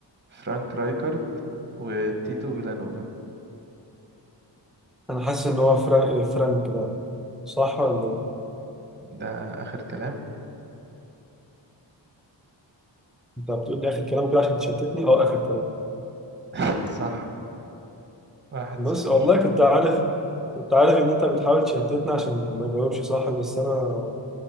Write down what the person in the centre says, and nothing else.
أنا حاسس إن هو فرانك فرانك ده صح ولا إيه؟
أنت بتقول لي آخر كلام كده عشان تشتتني أه آخر كلام
بص
والله كنت عارف كنت عارف إن أنت بتحاول تشتتني عشان ما أجاوبش صح بس أنا